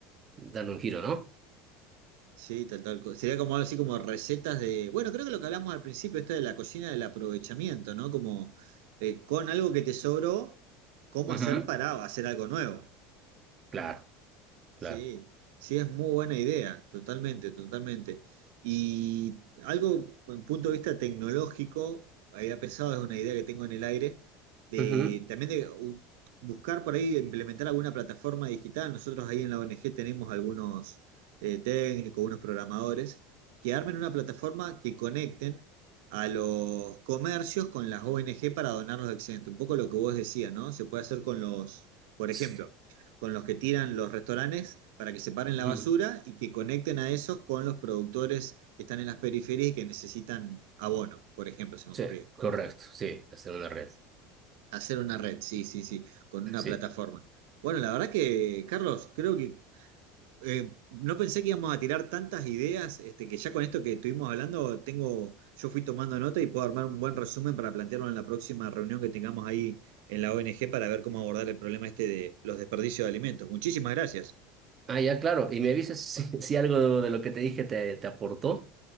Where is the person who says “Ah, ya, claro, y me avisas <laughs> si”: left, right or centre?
Right